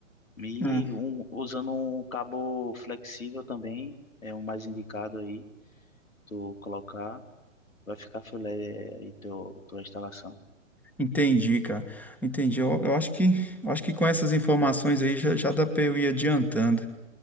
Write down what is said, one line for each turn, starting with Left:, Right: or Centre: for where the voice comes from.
Left: E
Centre: Ah,
Left: um, usando um cabo flexível também, é o mais indicado aí, tu colocar, vai ficar filé é, aí teu, tua instalação.
Centre: entendi, cara. Entendi. Eu, eu acho que, eu acho que com essas informações aí já, já dá para eu ir adiantando.